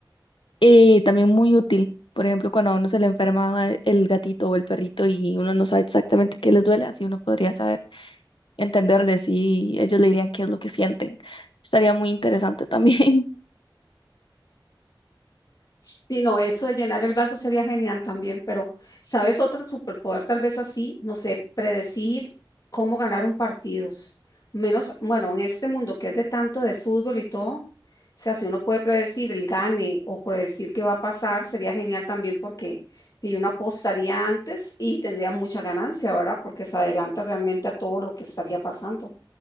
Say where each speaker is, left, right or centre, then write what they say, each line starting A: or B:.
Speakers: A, on the left; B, on the left.
A: y también muy útil. Por ejemplo, cuando a uno se le enferma el gatito o el perrito y uno no sabe exactamente qué les duele, así uno podría saber entenderles y ellos le dirían qué es lo que sienten. Estaría muy interesante también. <laughs>
B: Sí, no, eso de llenar el vaso sería genial también, pero ¿sabes otro superpoder? Tal vez así, no sé, predecir cómo ganar un partido. Menos, bueno, en este mundo que es de tanto de fútbol y todo, o sea, si uno puede predecir el gane o predecir qué va a pasar, sería genial también porque y uno apostaría antes y tendría mucha ganancia, ¿verdad? Porque se adelanta realmente a todo lo que estaría pasando.